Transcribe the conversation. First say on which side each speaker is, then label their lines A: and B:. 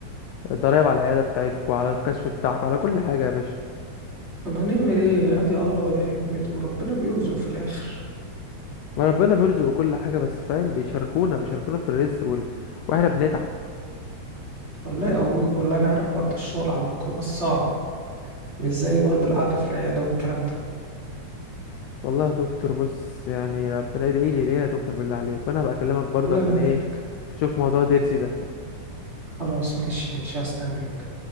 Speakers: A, on the left; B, on the right.
A: الضرايب على العيادة بتاعتكم على الكشف بتاعكم على كل حاجة يا باشا
B: طب هنعمل ايه ادي الله وادي حكمته وربنا بيرزق في الاخر
A: ما ربنا بيرزق كل حاجة بس فاهم بيشاركونا بيشاركونا في الرزق وال... واحنا بنتعب
B: الله يقويك والله انا عارف برضه الشغل على الميكروباص صعب مش زي برضه القعده في العياده والكلام ده
A: والله يا دكتور بص يعني ربنا ادعي لي ادعي لي يا دكتور بالله عليك وانا هبقى اكلمك برضو
B: والله
A: عشان
B: يبارك
A: ايه
B: لك
A: اشوف موضوع ضرسي ده
B: خلاص ماشي ماشي هستناك